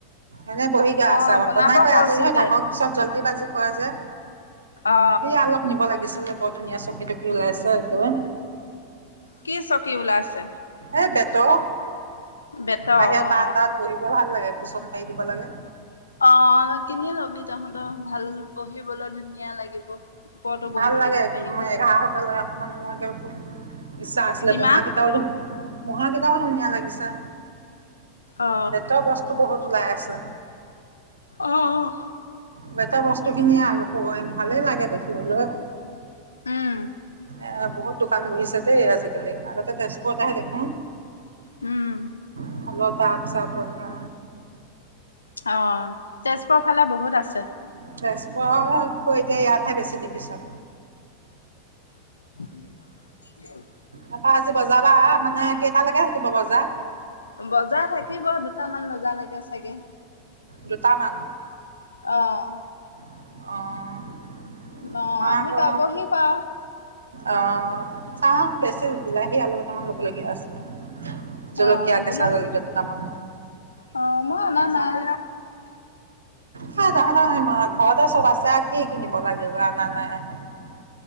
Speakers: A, on the right; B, on the left.
A: এনে বহি গা।
B: অ
A: চাহ আছে
B: বনাব
A: বনাই কৈ
B: কৈছো
A: আজৰি হৈ
B: দে
A: থাকক পিছত জল্দি বাজি কয় যে
B: অ
A: সেয়া অলপ নিব লাগিছিল। লি বৰ ধুনীয়া চকী টকি ওলাইছে, কলে।
B: কি চকী ওলাইছে?
A: এ, বেঁতৰ।
B: বেতৰ
A: বাহিৰত
B: অ
A: বাৰাণ্ডাত ব'হিব ভাল লাগে। কুচন পাৰি দিব লাগে।
B: অ, কিনি লবি তহঁতৰ, ভাল বহিবলৈ ধুনীয়া লাগিব। ওপৰতো বহি
A: ভাল
B: থাকিব
A: লাগে,
B: পাৰিবি
A: ক, এ-এঘাৰশকে লয়, অকমান মোৰ, ধেওঁ, খুব ইচ্ছা আছিলে।
B: কিমান
A: মুঢ়াকেইটাও যে, মুঢ়াকেইটাও বৰ ধুনীয়া লাগিছে।
B: অ
A: বেঁতৰ বস্তু বহুত ওলাই আছে।
B: অ, অহ।
A: বেঁত বস্তু খিনিয়ে আ, সওয়ে, ভালেই লাগে দেখিবলৈ।
B: উম।
A: এ বহুত দোকান বহিছে দেই আজিকালি, আগতে তেজপুৰতেহে দেখো।
B: উম।
A: <unintelligible> টাব-চাব ৰখা
B: অ'। তেজপুৰৰ ফালে বহুত আছে
A: তেজপুৰতকৈ এতিয়া ইয়াত হে বেছি দেখিছোঁ।
B: <inaudible>
A: তাপা, আজি বজাৰপা আহা মানে কেইটালৈকে থাকিব বজা?
B: বজাৰ থাকিব দুটামান বজালৈকে চাগে।
A: দুটামান
B: অহ।
A: অ'।
B: অ
A: মই
B: আহিবা
A: আকৌ
B: বহিবা
A: অ' চাওঁ বেছি বিলাহী, আলু কেটামান ল'বলগীয়া আছে। জলকীয়া,
B: অ
A: কেঁচা
B: বিলাহী
A: জলকীয়া দুটামান।
B: অ মই অনা নাই
A: হেই তহঁতৰ ম ঘৰতে চব আছে আউ কি কিনিব লাগে? <unintelligible>